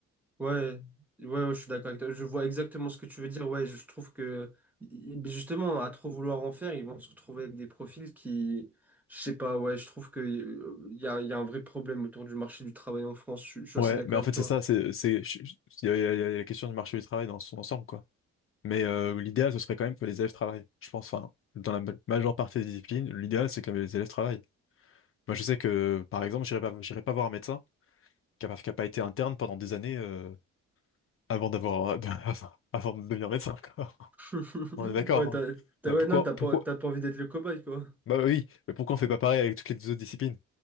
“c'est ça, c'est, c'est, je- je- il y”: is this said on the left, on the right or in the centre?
Left